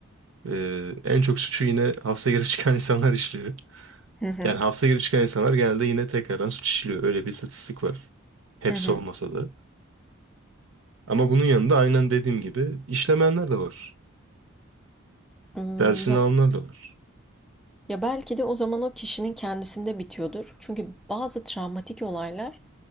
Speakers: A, on the right; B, in the centre.
A: E, en çok suçu yine hapse girip çıkan <laughs> insanlar işliyor.
B: Hı hı.
A: Yani hapse girip çıkan insanlar genelde yine tekrardan suç işliyor. Öyle bir istatistik var. Hepsi
B: Hı hı.
A: olmasa da. Ama bunun yanında aynen dediğim gibi işlemeyenler de var.
B: Imm,
A: Dersini
B: ya
A: alanlar da var.
B: ya, belki de o zaman o kişinin kendisinde bitiyordur. Çünkü bazı travmatik olaylar